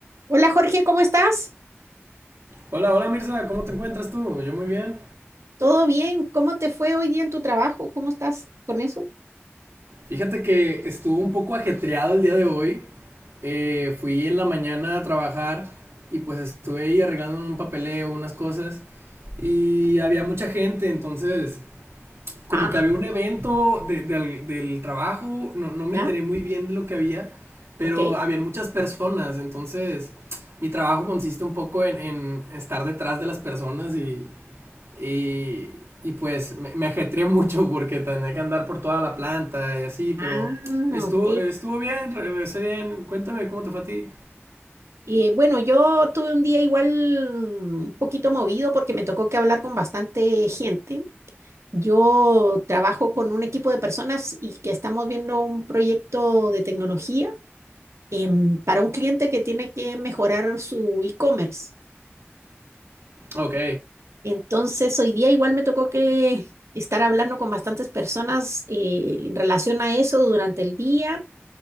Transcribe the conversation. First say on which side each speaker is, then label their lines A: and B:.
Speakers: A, on the right; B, on the right.
A: Hola Jorge, ¿cómo estás?
B: Hola, hola Mirza, ¿cómo te encuentras tú? Yo muy bien.
A: ¿Todo bien? ¿Cómo te fue hoy día en tu trabajo? ¿Cómo estás con eso?
B: Fíjate que estuvo un poco ajetreado el día de hoy. Eh, fui en la mañana a trabajar y pues estuve ahí arreglando un papeleo, unas cosas y había mucha gente, entonces como
A: Ah,
B: que había un evento de- del, del trabajo, no, no me
A: ya,
B: enteré muy bien de lo que había, pero
A: ok.
B: habían muchas personas, entonces mi trabajo consiste un poco en, en estar detrás de las personas y Y, y pues me, me ajetreé mucho porque tenía que andar por toda la planta y así, pero
A: Ah,
B: estuvo,
A: ok.
B: estuvo bien, regresé bien. Cuéntame cómo te fue a ti.
A: Eh, bueno, yo tuve un día igual mm, un poquito movido porque me tocó que hablar con bastante gente. Yo trabajo con un equipo de personas y que estamos viendo un proyecto de tecnología em, para un cliente que tiene que mejorar su e-commerce.
B: Ok,
A: Entonces, hoy día igual me tocó que estar hablando con bastantes personas eh, en relación a eso durante el día,